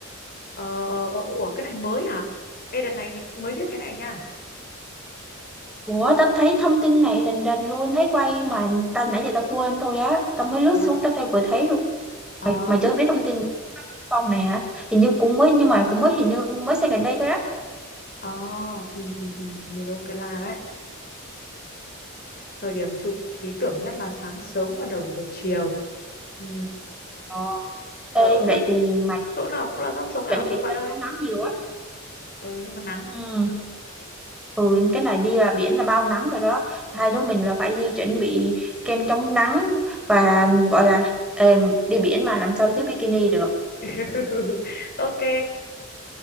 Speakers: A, on the left (about 45°); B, in the centre.
A: ờ ờ ờ, ủa cái này mới hả ê đợt này mới biết cái này nha
B: Ủa tao thấy thông tin này rành rành luôn Thấy quay mà tao nãy giờ tao quên thôi á Tao mới lướt
A: ờ
B: xuống tao thấy vừa thấy luôn
A: ờ
B: Mày, mày chưa biết thông tin Thanh phong này hả Hình như cũng mới Nhưng mà cũng mới hình như mới xây gần đây thôi á
A: ờ ừ, ừ, ừ. nhìn ok là đấy thời điểm chụp lý tưởng nhất là sáng sớm và đầu giờ chiều ừ.
B: Ờ
A: trời
B: Ê,
A: ơi
B: vậy
A: khiếp
B: thì mày
A: chỗ nào cũng là góc sống ảo
B: chuẩn
A: luôn
B: bị
A: bạn
B: kem
A: ơi
B: chống nắng nhiều á
A: ừ nhưng mà nắng
B: ừ. ừ cái này đi là biển là bao nắng rồi đó hai
A: ừ.
B: đứa mình là phải đi chuẩn bị kem chống nắng và gọi là ê, đi biển mà làm sao thiếu bikini được
A: <laughs> ok